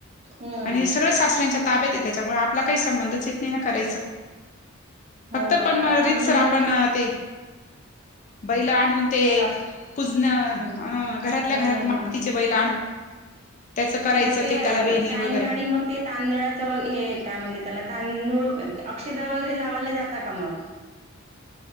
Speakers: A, on the right (about 30°); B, on the left (about 35°).
A: हम्म
B: आणि सगळं सासऱ्यांच्या ताब्यात ये त्याच्यामुळं आपला काही संबंधच येत नाही ना करायचं. फक्त
A: हो
B: पण
A: आता
B: म रितसर
A: आम्ही
B: आपण ते बैलं आणून ते
A: करा
B: पूजणं,
A: हम्म
B: घरातल्या
A: हम्म
B: घरात
A: हम्म
B: मातीचे
A: हम्म हम्म
B: बैल आणून त्याच करायचं
A: मग
B: ते
A: अ
B: त्याला वेणी
A: सायंकाळी
B: वगैरे
A: मग ते तांदळाच हे काय म्हणते त्याला, तांदूळ अक्षता वगैरे लावायला जातात का मग?
B: <inaudible>